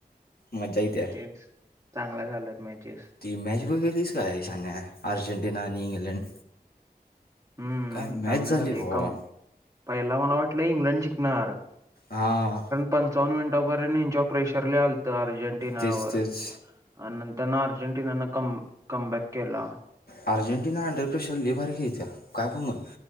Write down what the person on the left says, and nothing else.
मजा य त्या
ती मॅच बघितल्यास काय श्यान्या अर्जेंटिना आणि इंग्लंड
काय मॅच
झाली
भावा
हा
तेच तेच
अर्जेंटिना अंडरप्रेशर लेबर घ्यायचा काय पण मण